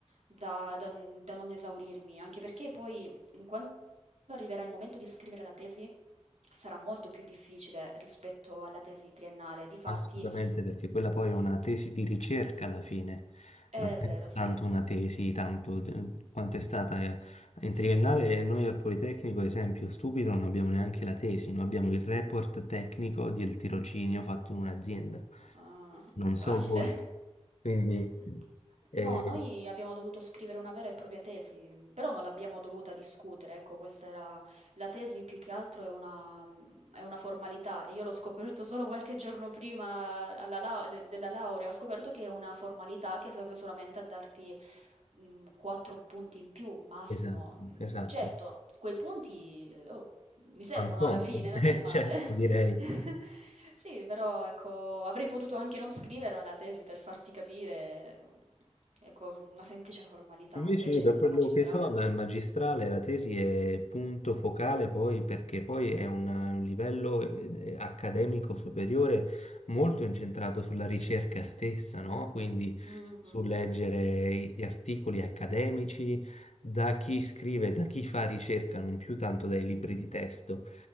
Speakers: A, on the right; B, on the left.
A: da da n da non esaurirmi, anche perché poi Mhmm, quando arriverà il momento di scrivere la tesi, sarà molto più difficile rispetto alla tesi triennale. Difatti
B: Assolutamente, perché quella poi è una tesi di ricerca alla fine,
A: è
B: non
A: vero,
B: è
A: sì.
B: tanto una tesi, tanto d- quanto è stata eh, in triennale. Noi al Politecnico, esempio stupido, non abbiamo neanche la tesi, noi abbiamo il report tecnico del tirocinio fatto in un'azienda.
A: Ah, <laughs>
B: Non so
A: facile.
B: voi, quindi
A: N
B: eh,
A: no, noi abbiamo dovuto scrivere una vera e propria tesi, mhmm, però non l'abbiamo dovuta discutere, ecco, questa era la tesi più che altro è una mhmm, è una formalità e io l'ho scoperto solo qualche giorno prima alla lau del della laurea, ho scoperto che è una formalità che serve solamente a darti, mhmm, 4 punti in più massimo.
B: esatto,
A: Mhmm,
B: esatto.
A: certo, quei punti, eh, oh mi servono
B: Fan comodo,
A: alla fine, non
B: eh,
A: è male.
B: <laughs> certo, direi.
A: <laughs> Sì, però ecco, avrei potuto anche non scriverla la tesi per farti capire, mhmm, ecco, una semplice formalità,
B: Invece
A: invece
B: io da
A: nella
B: quello
A: magistrale
B: che so dal magistrale la tesi è punto focale poi perché poi è una- un livello eh, accademico superiore molto incentrato sulla ricerca stessa, no? Quindi
A: Mh-mh.
B: su leggere gli articoli accademici da chi scrive, da chi fa ricerca, non più tanto dai libri di testo.